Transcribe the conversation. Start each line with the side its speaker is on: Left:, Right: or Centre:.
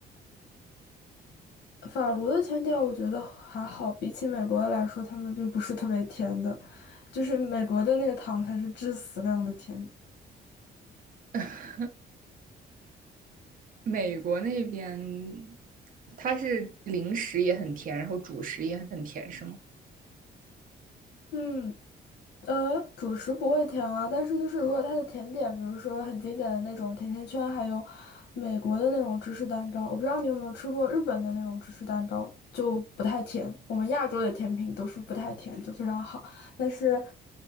Left: 法国的甜点我觉得还好，比起美国的来说，他们并不是特别甜的，就是美国的那个糖才是致死量的甜。
Right: <laughs> 美国那边它是零食也很甜，然后主食也很甜，是吗？
Left: 嗯，呃，主食不会甜啊，但是就是如果它的甜点，比如说很经典的那种甜甜圈，还有美国的那种芝士蛋糕，我不知道你有没有吃过日本的那种芝士蛋糕，就不太甜。我们亚洲的甜品都是不太甜，就非常好。但是